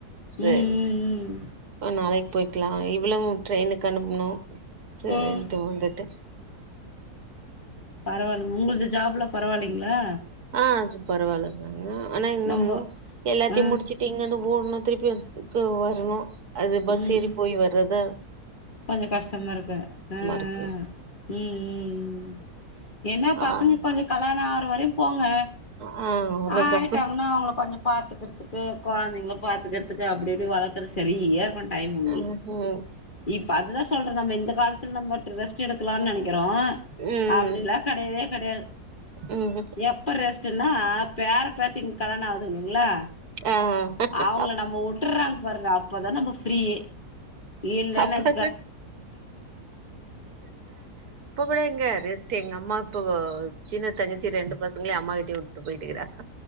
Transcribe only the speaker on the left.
ம் ம்
ம் ம்
பரவாலங்க உங்குள்து ஜாப்லா பரவாலி ங்ளா
ரொம்ப
ஆ
ம்
ம்
கொஞ்சோ கஷ்டமாருக்கு ஆ ஆ
உம் உம் என்ன பசங்க
கொஞ்சோ கல்லாண அ னவரையு போங்க
ஆயிட்டாங்க அவுங்குள கொஞ்சொ பாத்துக்கிற்துக்கு கொழந்தைங்கள பாத்துக்கிற்துக்கு அப்டி இப்டி வளக்கிற்து செரியா இருக்கோ டைம் உங்குளுக்கு
இப்ப அதுதா சொல்ற நம்ம இந்த காலத்துல நம்பட்ட ரெஸ்ட் எடுக்கலான்னு நெனக்கிறோ
அப்டில்லா கடையவே கடையாது
எப்ப ரெஸ்ட்டு னா பேர பேத்திங்ளுக்கு கல்யாண ஆவுதுங்ளா
அவுங்ள
நம்போ உட்டுர்றாங் வர்ற அப்பதா நம்ப ஃப்ரீயே ஈல்லனத்